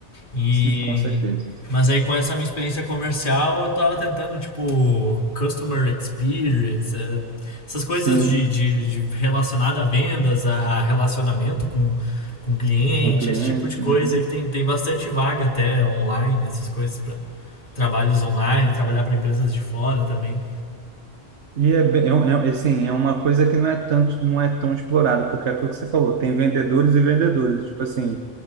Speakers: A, on the left; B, on the right.
A: E
B: Sim, com certeza.
A: mas aí com essa minha experiência comercial eu tava tentando tipo customer experience, eh, essas coisas
B: Sim,
A: de, de, de relacionada a vendas, a relacionamento com com cliente,
B: com cliente.
A: esse tipo de coisa
B: Uhum.
A: aí que tem, tem bastante vaga até online, essas coisas para trabalhos online, trabalhar para empresas de fora também.
B: E é bem, é, um- é, assim, é uma coisa que não é tanto, não é tão explorada, porque é aquilo que você falou, tem vendedores e vendedores, tipo assim,